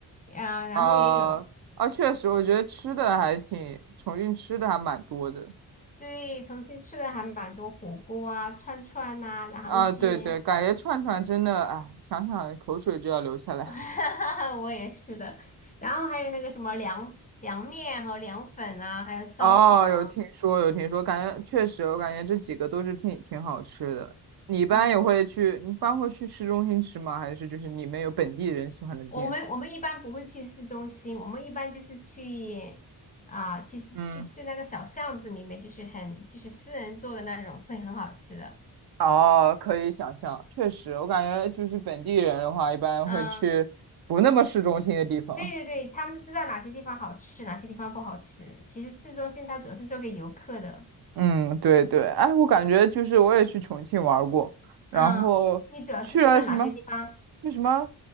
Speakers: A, on the left; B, on the right.
A: 啊，然后也有。
B: 啊啊，确实，我觉得吃的还挺，重庆吃的还蛮多的
A: 对，重庆吃的还蛮多火锅啊、串串呐、然后一些，
B: 啊。对对，感觉串串真的，哎，想想口水就要流下来。
A: <laughs> 我也是的，然后还有那个什么凉凉面和凉粉啊，还有烧烤啊，
B: 哦，有听说，有听说，感觉确实，我感觉这几个都是挺挺好吃的。你一般也会去，
A: 嗯，
B: 你一般会去市中心吃吗？还是就是你们有本地人喜欢的店？
A: 我们我们一般不会去市中心，我们一般就是去啊，去去去那个小巷子里面，
B: 嗯，
A: 就是很就是私人做的那种，会很好吃的。
B: 哦，可以想象，确实，我感觉就是本地人的话，一般会去不那么市中心的地方。
A: 嗯，对对对，他们知道哪些地方好吃，哪些地方不好吃。其实市中心它主要是做给游客的。
B: 嗯，对对，哎，我感觉就是我也去重庆玩儿过，
A: 嗯，
B: 然后去了什么，
A: 你主要是去了哪些地方？
B: 那什么，